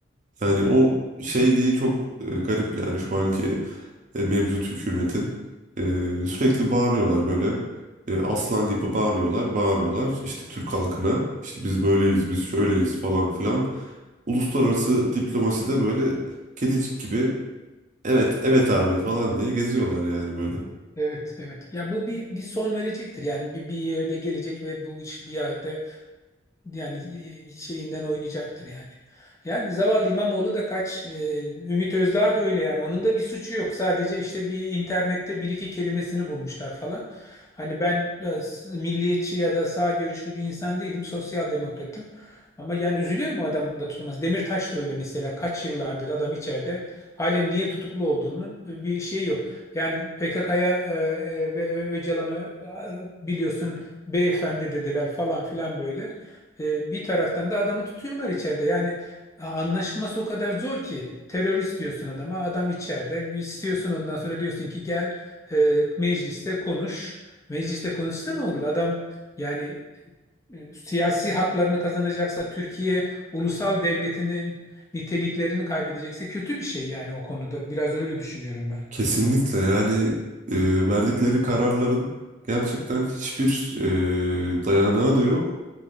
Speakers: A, on the right; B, on the left.
A: yani o şeyliği çok e, garip yani şu anki e, mevcut hükümetin. E, sürekli bağırıyorlar böyle. E, aslan gibi bağırıyorlar, bağırıyorlar. İşte Türk halkına işte biz böyleyiz, biz şöyleyiz falan filan. Uluslararası diplomaside böyle kedicik gibi evet, evet abi falan diye geziyorlar yani böyle.
B: Evet, evet. Ya bu bir, bir son verecektir. Yani bir, bir yerde gelecek ve bu iş bir yerde yani şeyinden oynayacaktır yani. Yani zavallı İmamoğlu da kaç e, Ümit Özdağ da öyle yani onun da bir suçu yok. Sadece işte bir internette bir iki kelimesini bulmuşlar falan. Hani ben e, milliyetçi ya da sağ görüşlü bir insan değilim, sosyal demokratım. Ama yani üzülüyorum o adamın da tutulması. Demirtaş da öyle mesela kaç yıllardır adam içeride. Halen niye tutuklu olduğunun e, bir şeyi yok. Yani PKK'ya e, e, ve Ö- Öcalan'a e, biliyorsun beyefendi dediler falan filan böyle. E, bir taraftan da adamı tutuyorlar içeride. Yani a- anlaşılması o kadar zor ki terörist diyorsun adama, adam içeride. İstiyorsun ondan sonra diyorsun ki gel e, mecliste konuş. Mecliste konuşsa ne olur? Adam yani e, siyasi haklarını kazanacaksa Türkiye ulusal devletinin niteliklerini kaybedecekse kötü bir şey yani o konuda. Biraz öyle düşünüyorum ben.
A: Kesinlikle yani e, verdikleri kararların gerçekten hiçbir e, dayanağı da yok.